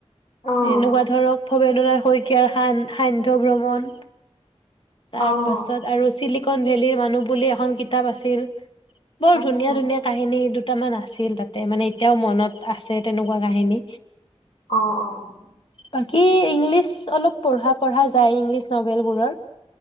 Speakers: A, on the left; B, on the left.
A: অ',
B: এনেকুৱা ধৰক ভবেন্দ্ৰনাথ শইকীয়াৰ সান্ধ্য ভ্ৰমণ।
A: অ',
B: তাৰ পাছত আৰু চিলিকন ভেলীৰ মানুহ বুলি এখন কিতাপ আছিল। বৰ
A: আচ্ছা,
B: ধুনীয়া
A: আচ্ছা,
B: ধুনীয়া কাহিনীৰ দুটামান আছিল তাতে মানে এতিয়াও মনত আছে তেনেকুৱা কাহিনী।
A: অ', অ',
B: বাকী ইংলিছ অলপ পঢ়া যায় ইংলিছ নভেল বোৰৰ।